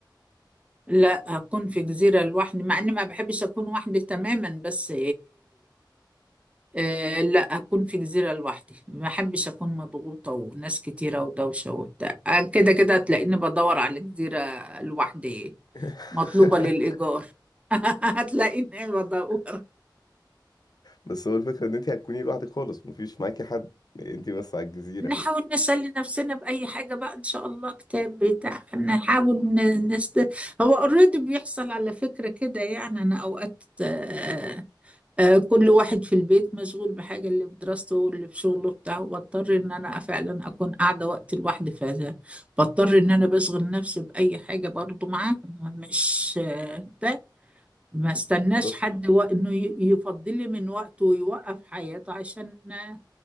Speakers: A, on the right; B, on the left.
A: لا أكون في جزيرة لوحدي مع إني ما بحبش أكون وحدي تماما بس آه لا أكون في جزيرة لوحدي ما أحبش أكون مضغوطة وناس كتيرة ودوشة وبتاع آه، كده كده هتلاقيني بدور على جزيرة لوحدي
B: <laughs>
A: مطلوبة للإيجار <laughs> هتلاقيني بدور
B: بس هو الفكره ان انت هتكوني لوحدك خالص مفيش معاكي حد انت بس على الجزيره
A: نحاول نسلي نفسنا بأي حاجة بقى إن شاء الله كتاب بتاع نحاول ن- نست هو اوريدي بيحصل على فكرة كده يعني أنا أوقات آه، آه، كل واحد في البيت مشغول بحاجة اللي بدراسته واللي بشغله بتاعه بضطر ان انا فعلا اكون قاعدة وقت لوحدي فبضطر ان انا بشغل نفسي بأي حاجة برضو معاه مش آه، ده ما استناش
B: بالظبط
A: حد و... انه ي- يفضلي من وقته ويوقف حياته عشان آه،